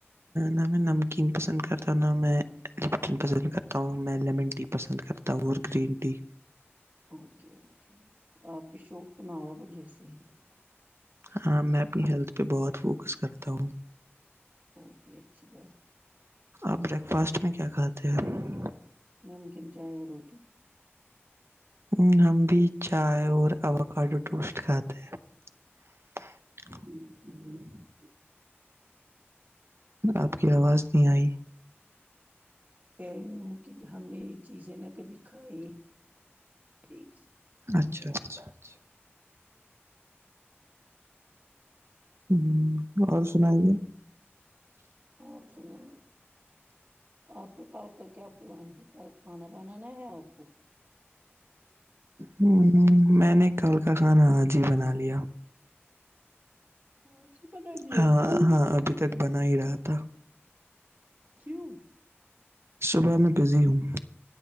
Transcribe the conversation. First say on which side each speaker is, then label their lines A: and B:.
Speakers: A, on the right; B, on the right.
A: نہ میں نمکین پسند کرتا ہوں نہ میں لپٹن پسند کرتا ہوں میں لیمن ٹی پسند کرتا ہوں کرتا ہوں گرین ٹی
B: اوکے اوکے آپ کے شوق تو نوابو جیسے ہیں
A: ہاں میں اپنی ہیلتھ پہ بہت فوکس کرتا ہوں
B: اوکے اچھی بات ہے
A: آپ بریک فاسٹ میں کیا کھاتے ہو
B: نمکین چائے اور روٹی
A: ہ ہم بھی چائے اور ایووکیڈو ٹوسٹ کھاتے ہیں <unintelligible> آپ کی آواز نہیں آئی
B: کہہ رہی ہوں کہ ہم نے یہ چیزیں نہ کبھی کھائی دیکھی
A: اچھا اچھا اچھا ہم اور سنائیے
B: آپ سنائیے آپ کا کل کا کیا پلان ہے کل کھانا بنانا ہے آپ کو
A: ہوں میں نے کل کا کھانا آج ہی بنا لیا
B: آج ہی بنا لیا
A: ہاں
B: کیوں
A: ہاں ابھی تک بنا ہی رہا تھا
B: کیوں
A: صبح میں بزی ہوں